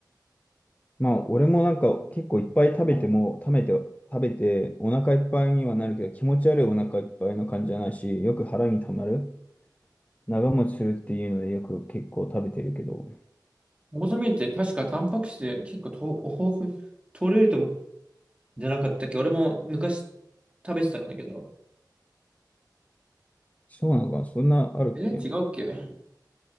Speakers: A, on the left; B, on the right.
A: まあ、俺もなんか結構いっぱい食べても、食べて、食べて、お腹いっぱいにはなるけど、気持ち悪いお腹いっぱいの感じじゃないし、よく腹にたまる。長持ちするっていうので、よく結構食べてるけど、
B: オートミールって確かタンパク質結構と豊富、取れると、じゃなかったっけ俺も昔食べてたんだけど。
A: そうなのかな、そんなあるっけ
B: え、違うっけ